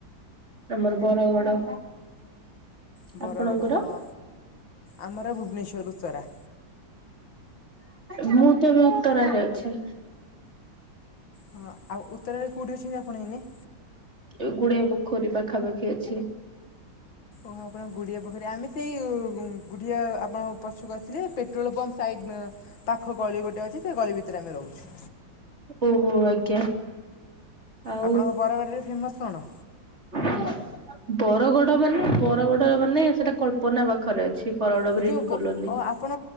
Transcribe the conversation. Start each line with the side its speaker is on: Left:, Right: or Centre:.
Right: ଆମର ବରଗଡ।
Left: ବରଗଡ଼
Right: ଆପଣଙ୍କର।
Left: ହଁ ଆମର ଭୁବନେଶ୍ୱରୁ ଉତ୍ତରା।
Right: ମୁଁ ତ ବି ଉତ୍ତରାରେ ଅଛି।
Left: ହଁ ଆଉ ଉତ୍ତରାରେ କୋଉଠି ଅଛନ୍ତି ଆପଣ ଏଇନେ।
Right: ଏ ଗୁଡ଼ିଆ ପୋଖରୀ ପାଖାପାଖି ଅଛି।
Left: ଓହୋ ଆପଣ ଗୁଡିଆ ପୋଖରୀ ଆମେ ସେଇ ଗୁଁ ଗୁଡିଆ ଆପଣ ପଛୁକୁ ଆସିଲେ ପେଟ୍ରୋଲ ପମ୍ପ ସାଇଟ ନେ ପାଖ ଗଳି ଗୋଟେ ଅଛି ସେ ଗଳି ଭିତରେ ଆମେ ରହୁଚୁ।
Right: ଓହୋ ଆଜ୍ଞା ଆଉ।
Left: ଆପଣଙ୍କ <unintelligible> କଣ।
Right: <inaudible> ବରଗଡ ମାନେ ବରଗଡ ମାନେ ସେଟା କଳ୍ପନା ପାଖରେ ଅଛି। ବରଗଡ଼
Left: ଓ
Right: ବି ରିଟ୍
Left: ଯେଉଁ
Right: କଲୋନୀ
Left: ଆପଣ